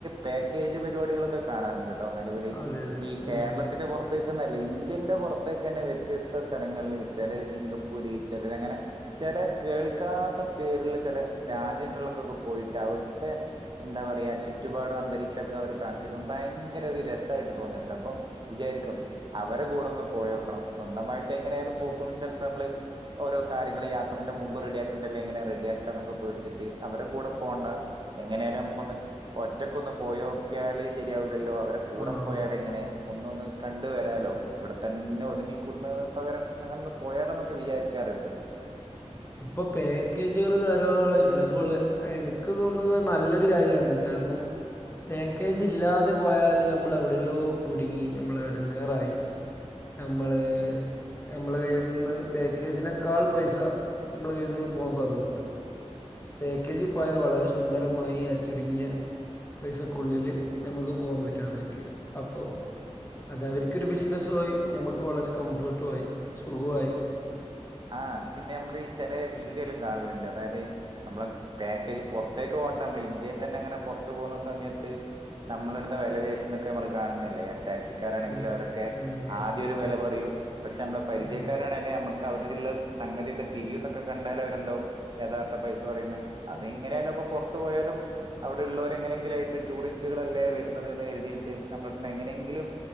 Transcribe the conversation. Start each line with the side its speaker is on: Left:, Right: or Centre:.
Right: പാക്കേജ് പരിപാടികളൊക്കെ കാണാറുണ്ട് ട്ടോ നിലവൽ
Left: അതെ അതെ
Right: ഈ കേരളത്തിന്റെ
Left: ഉം, ഉം.
Right: പുറ പുറത്തേക്ക് ന്നല ഇന്ത്യന്റെ പുറത്തേക്ക് തന്നെ വ്യത്യസ്ത സ്ഥലങ്ങളിൽ ചിലര് സിംഗപ്പൂര് ചിലര് അങ്ങനെ ചില കേൾക്കാത്ത പേരിള്ള ചില രാജ്യങ്ങളിലൊക്കെ പോയിട്ട് അവിടുത്തെ. എന്താ പറയാ ചുറ്റുപാടും അന്തരീക്ഷൊക്കെ അവർ കാണിച്ച് തരുമ്പം ഭയങ്കര ഒരു രസായിട്ട് തോന്നലിണ്ട് അപ്പം വിചാരിക്കും. അവരെ കൂടെ ഒന്ന് പോയോക്കണം സ്വന്തമായിട്ട് എങ്ങനെയാലും. പ പോക്കുന്ന ചിലപ്പോ നമ്മള് ഓരോ കാര്യങ്ങള് യാത്രന്റെ മുമ്പ് റെഡിയാക്കണ്ടേ എല്ലാ എങ്ങനെ റെഡിയാക്കാ എന്നൊകെ പേടിച്ചിട്ട് ട്ട് അവരെ കൂടെ പോണ്ട എങ്ങനെലും നമുക്കൊന്ന് ഒറ്റക്കൊന്ന് പോയോ ക്കിയാള് ശരിയാവില്ലല്ലോ അവരെ കൂടെ
Left: ആ ആ,
Right: പോയാല് എങ്ങനെ?
Left: ആ.
Right: ഒന്നൊന്ന് കണ്ട് വരാലോ ഇവിടെ തന്നെ ഒതുങ്ങിക്കൂടുന്നതിന് പകരം. അങ്ങനെ ഒന്ന് പോയാലോന്നൊക്കെ വിചാരിക്കാറിണ്ട്.
Left: ഇപ്പ പാക്കേജുകള് ധാളമായിട്ട്ല്ലെ അതുപോലെ എനക്ക് തോന്നത് നല്ലൊരു കാര്യണ്ന് കാര്ണം പാക്കേജ് ഇല്ലാതെ പോയാല് ഞമ്മള് എവിടെല്ലോ കുടുങ്ങി ഞമ്മള് എടങ്ങേറായി ഞമ്മള് ഞമ്മളെ കയ്യി നിന്ന് പേക്കേജിനേക്കാൾ പൈസ നമ്മളെ കയ്യിൽ നിന്ന് പോവാൻ സാധ്യത ഇണ്ട്. പാക്കേജി പോയാൽ വളരെ സുന്ദരമായി ആ ചുരുങ്ങിയ പൈസക്കുള്ളില് ഞമ്മക്ക് പോകാ പറ്റും അവര്ക്ക് അപ്പോ അത് അവര്ക്കൊരു ബിസിനസു ആയി ഞമ്മക്ക് വളരെ കംഫോർട്ടു ആയി സുഖവു ആയി.
Right: ആഹ് അത് പിന്നെ അമ്മള് ചെലെ വീഡിയോലും കാണലിണ്ട് അതായത് നമ്മളെ പാക്കേജ് പൊറത്തേക്ക് പോണ്ട അമ്മള് ഇന്ത്യയി തെന്നെ ങ്ങനെ പൊറത്ത് പോണ സമയത്ത് നമ്മളളിട്ന്ന് വെല പേശുന്നൊക്ക നമ്മള് കാണുന്നില്ലേ ടാക്സി കാരാണെങ്കിൽ
Left: ഉം ഉം ഉം ഉം ഉം
Right: അവരൊക്കെ
Left: ഉം ഉം ഉം
Right: ആദ്യം ഒരു
Left: ഉം
Right: വെല പറയും പക്ഷെ അമ്മള് പരിചയക്കാരാണെലെ
Left: ഉം
Right: അമ്മള് കൗത്കെളേഹ് സംഗതിക്കെ തിരിയുന്നൊക്കെ ക്കെ കണ്ടാലും അവരെ എന്താവും യഥാർത്ഥ പൈസ പറയുന്നെ അത് എങ്ങനായാലു അപ്പൊ പൊറത്തു പോയാലും അവിടെള്ളോര് എങ്ങനെങ്കിലും ആയിട്ട് ടൂറിസ്റ്റുകളല്ലേ വെരുന്നത് കരുതീട്ട് നമ്മളെടുത് ന്ന് എങ്ങനെങ്കിലും.